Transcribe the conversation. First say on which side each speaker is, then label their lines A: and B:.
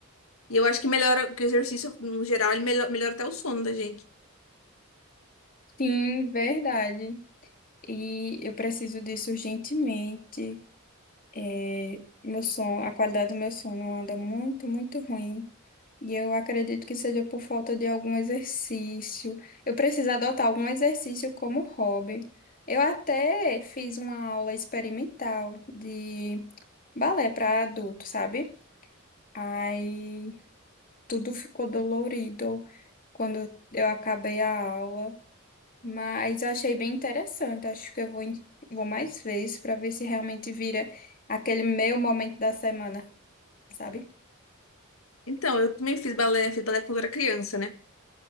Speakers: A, on the left (about 80°); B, on the left (about 40°).
A: E eu acho que melhora, porque o exercício, no geral, ele melhora, melhora até o sono da gente.
B: Sim, verdade. E eu preciso disso urgentemente. É, meu som, a qualidade do meu som não anda muito, muito ruim. E eu acredito que seja por falta de algum exercício. Eu preciso adotar algum exercício como hobby. Eu até fiz uma aula experimental de balé para adulto, sabe? Aí tudo ficou dolorido quando eu acabei a aula, mas achei bem interessante. Acho que eu vou, em- vou mais vezes para ver se realmente vira aquele meu momento da semana sabe?
A: Então, eu também fiz balé, fiz balé quando eu era criança, né?